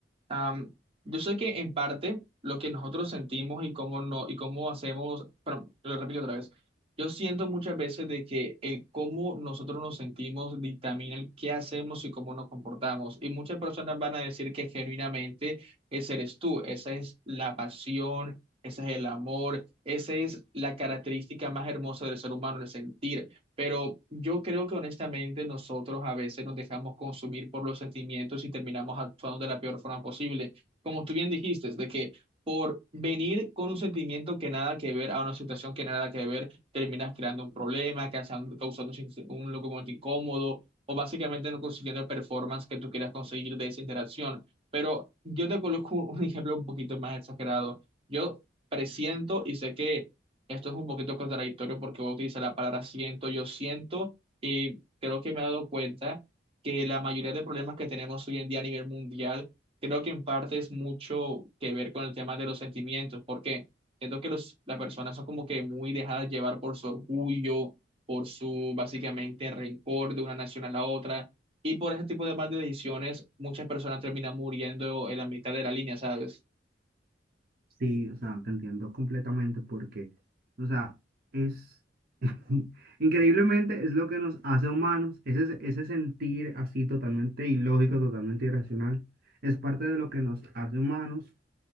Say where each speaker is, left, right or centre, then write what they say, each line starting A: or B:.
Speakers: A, on the right; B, on the right.
A: am, yo sé que en parte lo que nosotros sentimos y cómo no, y cómo hacemos, perdón, lo repito otra vez, yo siento muchas veces de que el cómo nosotros nos sentimos dictamina el qué hacemos y cómo nos comportamos. Y muchas personas van a decir que genuinamente ese eres tú, esa es la pasión, ese es el amor, esa es la característica más hermosa del ser humano, el sentir. Pero yo creo que honestamente nosotros a veces nos dejamos consumir por los sentimientos y terminamos actuando de la peor forma posible. Como tú bien dijiste, de que por venir con un sentimiento que nada que ver a una situación que nada que ver, terminas creando un problema, causan- causando, un, sin- un momento incómodo o básicamente no consiguiendo el performance que tú quieras conseguir de esa interacción. Pero yo te coloco un ejemplo un poquito más exagerado. Yo presiento y sé que esto es un poquito contradictorio porque voy a utilizar la palabra siento, yo siento, y creo que me he dado cuenta que la mayoría de problemas que tenemos hoy en día a nivel mundial, creo que en parte es mucho que ver con el tema de los sentimientos, porque siento que los, las personas son como que muy dejadas llevar por su orgullo, por su básicamente rencor de una nación a la otra, y por ese tipo de malas decisiones muchas personas terminan muriendo en la mitad de la línea, ¿sabes?
B: Sí, o sea, te entiendo completamente porque, o sea, es <laughs> increíblemente es lo que nos hace humanos, ese, ese sentir así totalmente ilógico, totalmente irracional, es parte de lo que nos hace humanos,